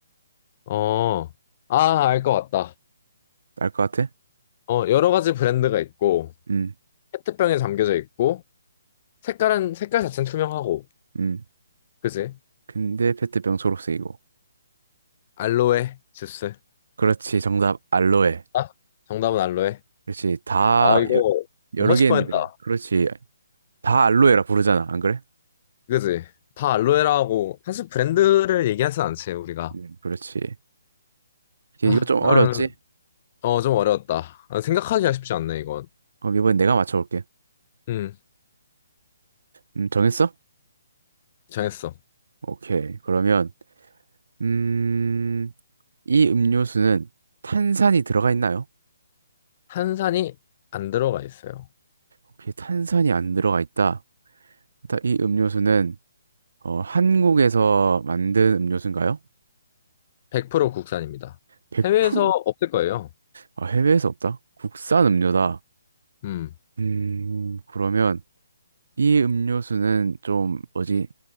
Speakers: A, on the left (about 40°); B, on the right (about 70°).
A: 어, 아, 알 것 같다.
B: 알 것 같아?
A: 어, 여러 가지 브랜드가 있고,
B: 음,
A: 페트병에 담겨져 있고 색깔은 색깔 자체는 투명하고
B: 음.
A: 그지?
B: 근데 페트병 초록색이고.
A: 알로에 주스.
B: 그렇지, 정답, 알로에.
A: 아? 정답은 알로에.
B: 그렇지. 다
A: 아 이거
B: 여, 여러
A: 못 맞출
B: 개인데.
A: 뻔했다.
B: 그렇지. 다 알로에라 부르잖아. 안 그래?
A: 그지? 다 알로에라고 사실 브랜드를 얘기하진 않지 우리가.
B: 음, 그렇지. 이제
A: 아,
B: 이거 좀
A: 나는
B: 어렵지?
A: 어좀 어려웠다. 아, 생각하기가 쉽지 않네 이건.
B: 그럼 이번엔 내가 맞춰볼게.
A: 음
B: 음, 정했어?
A: 정했어.
B: 오케이. 그러면 음, 이 음료수는 탄산이 들어가 있나요?
A: 한산이 안 들어가 있어요.
B: 오케이. 탄산이 안 들어가 있다. 일단 이 음료수는 어, 한국에서 만든 음료수인가요?
A: 100% 국산입니다.
B: 100%
A: 해외에서 없을 거예요.
B: 아, 해외에서 없다. 국산 음료다.
A: 음
B: 음, 그러면 이 음료수는 좀 뭐지?